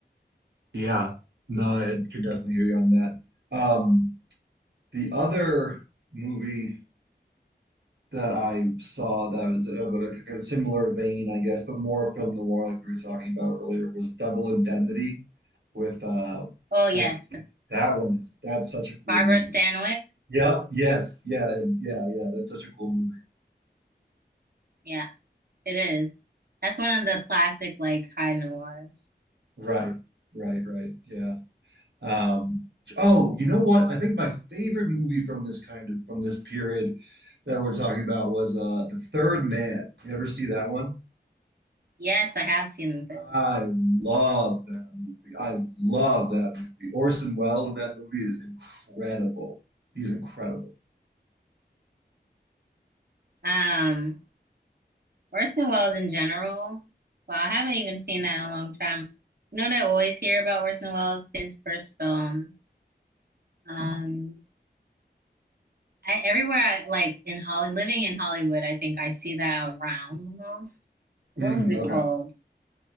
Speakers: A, on the right; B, on the right.
A: Yeah. No, I can definitely hear you on that. Um, The other movie that I saw that was of a kind of similar vein, I guess, but more film noir, like we were talking about earlier, was Double Indemnity with uh
B: Oh, yes.
A: Ed- that one is that's such a cool
B: Barbara
A: movie.
B: Stanwyck.
A: Yep, yes, yeah, and- yeah, yeah, that's such a cool movie.
B: Yeah, it is. That's one of the classic like high noirs.
A: Right, right, right. Yeah. Um, oh, you know what? I think my favorite movie from this kind of from this period that we're talking about was uh The Third Man. You ever see that one?
B: Yes, I have seen the third
A: I
B: one.
A: love that movie. I love that movie. Orson Welles in that movie is incredible. He's incredible.
B: Um, Orson Welles in general. Well, I haven't even seen that in a long time. You know what I always hear about Orson Welles? His first film. Um, I, everywhere I like in Holly, living in Hollywood, I think I see that around the most. What
A: Mm,
B: was it
A: okay.
B: called?